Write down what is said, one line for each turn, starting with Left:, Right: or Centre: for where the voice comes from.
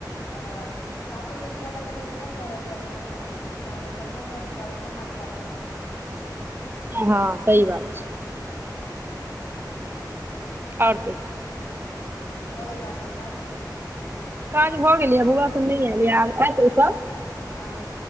Left: हाँ सासुर में छलैया त कनि दिक्कत भऽ जाइ छलै जे केना जाय लेकिनब मधुबनी आयल छी तऽ आब अपना हथ बाटक बात
Right: हँ सहि बात छै आओर की
Left: भऽ गेल काज सबटा
Right: काज भऽ गेलै बौआा सब नहि आयल आब आत ओ सब
Left: हँ